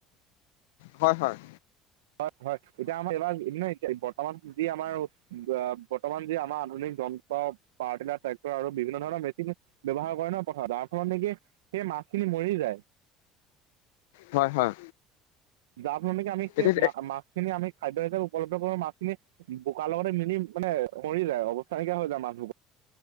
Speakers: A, on the left; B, on the right.
A: হয়, হয়।
B: হয়, হয়। এতিয়া আমাৰ <inaudible> এতিয়া বত আমাৰ, যি আমাৰ ব-বৰ্তমান যি আমাৰ আধুনিক যন্ত্ৰ পাৱাৰ টিলাৰ ট্ৰেক্টৰ আৰু বিভিন্ন ধৰণৰ মেচিন ব্যৱহাৰ কৰে ন' পথাৰত, যাৰ ফলত নেকি সেই মাছখিনি মৰি যায়।
A: হয়, হয়।
B: যাৰ ফলত আমি কি আমি সেই
A: এতিয়া
B: মা মা ছ খিনি আমি খাদ্য হিচাপে উপলব্ধ কৰোঁ মাছখিনি বোকাৰ লগতে মিলি মানে মৰি যায়, অৱস্থা নাইকীয়া হৈ যায় মাছবোৰ।